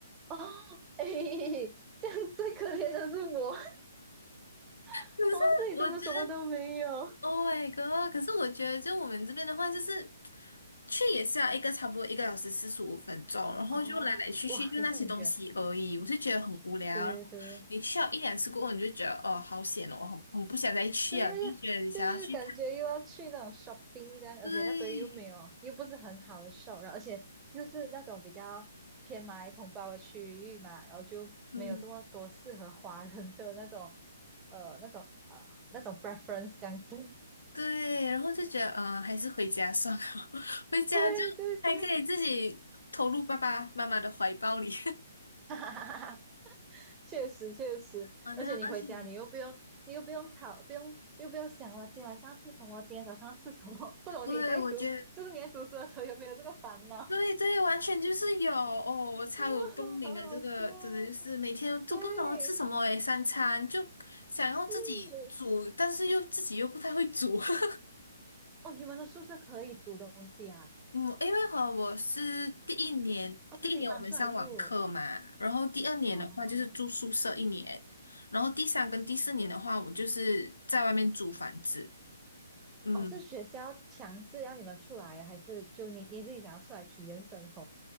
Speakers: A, on the right; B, on the left.
A: 哦，<laughs> 哎，这样最可怜的是我，<laughs>
B: 是我觉得
A: 我们这里真的什么都没有。
B: ，Oh my god！可是我觉得，就我们这边的话，就是去也是要一个差不多一个小时四十五分钟，然后就来来去去就那些东西而已，
A: 哦，哇，也是很远。
B: 我是觉得很无聊。
A: 对对对
B: 然后你去了一两次过后，你就觉得哦，好险哦，很很不想再去啊，
A: 对呀，
B: 就觉得你想要去看，
A: 就是感觉又要去那种 shopping 这样，而且那边又没有，
B: 对。
A: 又不是很好的 shop，然后而且又是那种比较偏马来同胞的区域嘛，然后就没有这么多适合华人的那种，
B: 嗯。
A: 呃，那种那种 preference 这样子。<laughs>
B: 对，然后就觉得，嗯、还是回家算了，<laughs> 回家就还可以自己投入爸爸妈妈的怀抱里。
A: 对对对，<laughs> 确实确实，
B: <laughs> 啊，那而且，
A: 而且你回家你又不用你又不用考，
B: <laughs>
A: 不用又不用想我今天晚上要吃什么，今天早上要吃什么，不懂你在读，
B: 对，我觉得，
A: 就是你在读书的时候有没有这个烦恼？啊，
B: 对对，完全就是有哦，我超有动力的这个，
A: <laughs> 好好笑，
B: 真的就是每天都不懂要吃什么诶，
A: 对，
B: 三餐就想要自己煮，
A: 是
B: 但是又自己又不太会煮。<laughs>
A: 哦，你们的宿舍可以煮东西啊？
B: 嗯，因为和我是第一年，
A: 哦，自己搬出来住。
B: 第一年我们上网课嘛，然后第二年的话就是住宿舍一年，
A: 哦
B: 然后第三跟第四年的话，我就是在外面租房子。嗯，
A: 哦，是学校强制要你们出来，还是就你你自己想要出来体验生活？